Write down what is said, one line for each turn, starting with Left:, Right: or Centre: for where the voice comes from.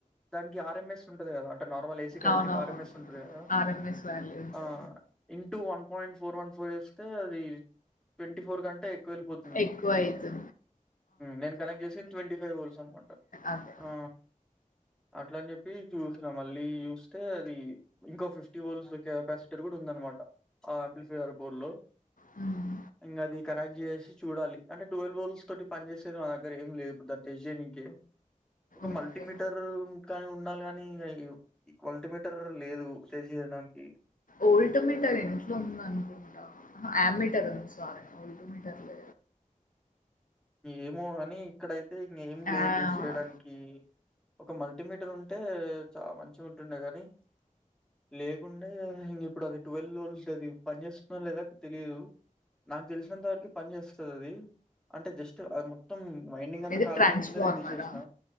Centre: దానికి ఆర్ఎంఎస్ ఉంటది కదా నార్మల్ ఏసీ కరెంట్
Left: అవునవును
Centre: కి ఆర్ఎంఎస్ ఉంటది కదా
Left: ఆర్ఎంఎస్ వాల్యూ ఉంటది
Centre: ఆ into one point four one four వేస్తే అది ట్వంటీ ఫోర్ కంటే ఎక్కువెళ్ళిపోతుంది.
Left: ఎక్కువయితది
Centre: నేను కనెక్ట్ చేసింది ట్వంటీ ఫైవ్ హోల్స్ అనమాట
Left: అదే
Centre: ఆ అట్లా అని చెప్పి చూసిన మళ్ళీ చూస్తే అది ఇంకో ఫిఫ్టీ బోల్స్ కెపాసిటీర్ కూడా ఉంద మాట ఆ అంపిల్ ఫైర్ పూర్లు
Left: హ్మ్
Centre: ఇంగది కనెక్ట్ చేసి చూడాలి అంటే ట్వెల్ వోల్స్ తోటి పని చేసేది మా దగ్గర ఏం లేదు ఇప్పుడు దాని టెస్ట్ చెయ్యనీకి ఒక
Left: ఓకే
Centre: మల్టీమీటర్ కానీ ఉండాలి కాని మల్టీమీటర్ లేదు తెసి దానికి
Left: ఓల్ట్ మీటర్ ఇంట్లో ఉంది అనుకుంటా ఆమీటర్ సారీ ఓల్ట్ మీటర్లు
Centre: ఏమో అని ఇక్కడైతే ఇంగా ఏం లేవు
Left: ఆ
Centre: టెస్ట్ చేయడానికి ఒక మల్టీమీటర్ ఉంటే చాలా మంచిగుంటుండే గాని లేకుండే ఇంక ఇప్పుడు అది ట్వెల్వ్ లోల్స్ అది పని చేస్తుందో లేదో తెలీదు నాకు తెలిసినంత వరకు పని చేస్తుంది అది అంటే జస్ట్ అది మొత్తం మైండింగ్ అంతా
Left: ఇది
Centre: కాలిపోయే
Left: ట్రాన్స్ఫార్మరా
Centre: ముందే నేను తీసేసిన